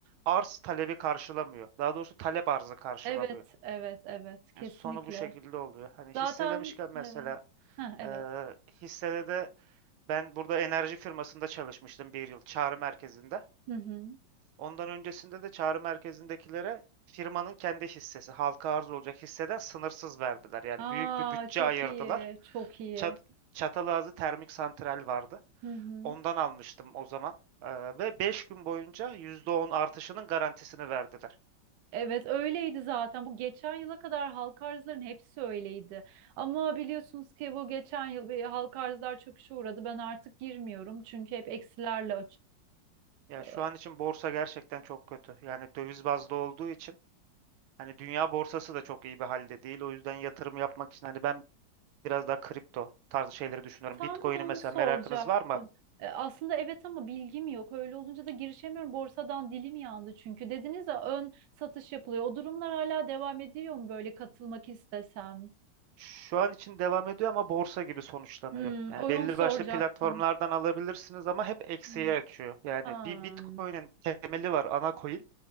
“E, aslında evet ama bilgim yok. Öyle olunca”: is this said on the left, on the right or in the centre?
Right